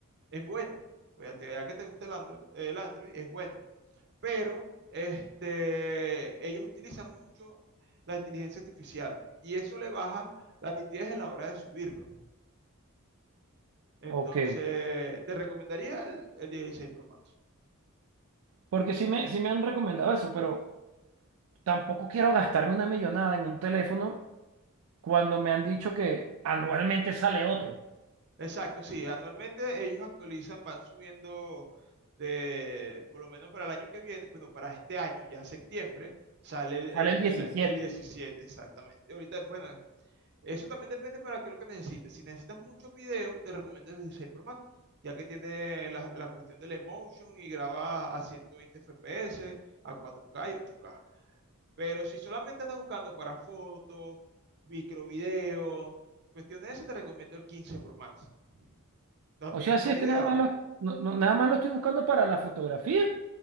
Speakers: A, on the right (about 50°); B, on the right (about 70°).
A: es bueno. Ya, ya que te gusta el Android, el Android es bueno, pero este, ellos utilizan mucho la inteligencia artificial y eso le baja la nitidez en la hora de subirlo. Entonces,
B: Ok.
A: te recomendaría el, el 16 Pro Max.
B: Porque sí me, sí me han recomendado eso, pero... Tampoco quiero gastarme una millonada en un teléfono cuando me han dicho que anualmente sale otro,
A: Exacto, sí, anualmente ellos actualizan, van subiendo de, por lo menos para el año que viene, bueno, para este año, ya septiembre, sale el, el,
B: sale el diecisiete
A: el- el 17, exactamente. Y ahorita, bueno, eso también depende para qué es lo que necesites. Si necesitas mucho video, te recomiendo el 16 Pro Max, ya que tiene la, la cuestión del emotion y graba a 120 FPS, a cuatro k y ocho k Pero si solamente andas buscando para fotos, microvideo, cuestiones de eso, te recomiendo el 15 Pro Max. También
B: O sea,
A: es buena
B: sí es que
A: idea.
B: nada más lo, no- no- nada más lo estoy buscando para la fotografía